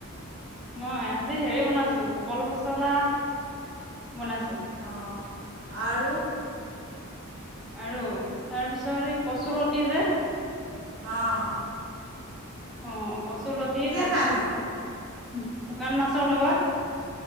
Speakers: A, in the centre; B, on the right.
A: মই আজি হেৰি বনাইছো কল পচলা। বনাইছো।
B: অঁ আৰু
A: আৰু তাৰপিছত এই কচুলতি যে।
B: অঁ'হ।
A: অ কচুলতি তাৰপিছত
B: খায়নো
A: ফুকা। শুকান মাছৰ লগত।